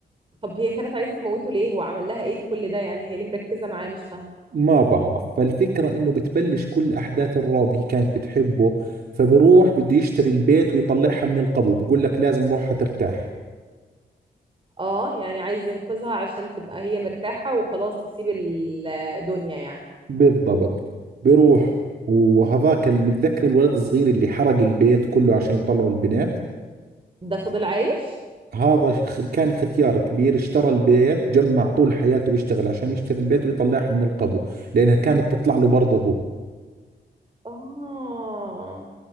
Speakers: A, on the right; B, on the right.
A: طب هي كانت عايزة تموته ليه هو عمل لها ايه لكل ده يعني هي ليه مركزة معاه مش فاهمة
B: ما بعرف فالفكرة انه بتبلش كل احداث الرعب هي كانت بتحبه فبروح بده يشتري البيت ويطلعها من القبو بقول لك لازم روحها ترتاح
A: اه يعني عايز ينقذها عشان تبقى هي مرتاحة وخلاص تسيب الدنيا يعني
B: بالضبط بروح وهذاك ال- متذكر الولد الصغير اللي حرق البيت كله عشان يطلعوا البنات
A: ده فضل عايش
B: هذا ش- كان ختيار كبير اشترى البيت جمع طول حياته بيشتغل عشان يشتري البيت ويطلعها من القبو لأنها كانت تطلع له برضه هو
A: آه